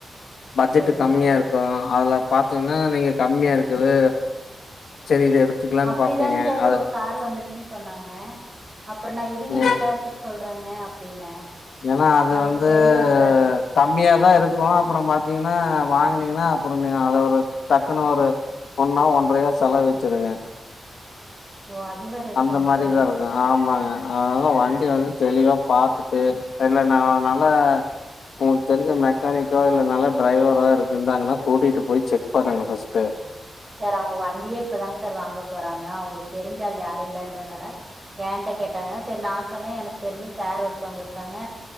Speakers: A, on the left; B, on the right.
A: பட்ஜெட்டு
B: சேரிங்
A: கம்மியா
B: சார்
A: இருக்கு அதுல பாத்தீங்கன்னா நீங்க கம்மியா இருக்குது சரி இத எடுத்துக்கலான்னு
B: அப்பிடிதாங்
A: பாப்பீங்க
B: சார்
A: அது
B: ஒரு கார் வந்திருக்குன் சொன்னாங்க. அப்றோ நா இருங்க
A: ம்
B: விசாரிச்சிட் சொல் றேங்க அப்டின்னே.
A: ஏன்னா அது
B: நமக்கு
A: வந்து
B: தெரிஞ்ச பிர
A: கம்மியாதா இருக்கு அப்பற பாத்தீங்கன்னா வாங்குனீங்கன்னா அப்புற நீ அத ஒரு டக்குன்னு ஒரு ஒண்ணோ ஒன்ரையோ செலவு வெச்சுருங்க.
B: ஓ அது வேற இருக்காங்க
A: அந்த மாரிதா
B: சார்
A: இருக்கு ஆமாங்க. அதனால வண்டி வந்து தெளிவா பாத்துட்டு இல்லனா நல்ல உங்களுக்கு தெரிஞ்ச மெக்கானிக்கோ இல்ல நல்ல டிரைவரோ இருக் இருந்தாங்கன்னா கூட்டிட்டு போய் செக் பண்ணுங்க ஃபஸ்ட்டு.
B: சார் அவங்க வண்டியே இப்பதாங்க சார் வாங்க போறாங்க அவங்களுக்கு தெரிஞ்ச ஆள் யாரு இல்லன்றனால ஏன்ட்ட கேட்டாங்க செரி நா சொன்னே எனக்கு தெரிஞ்ச சார் ஒருத்தவங்க இருக்காங்க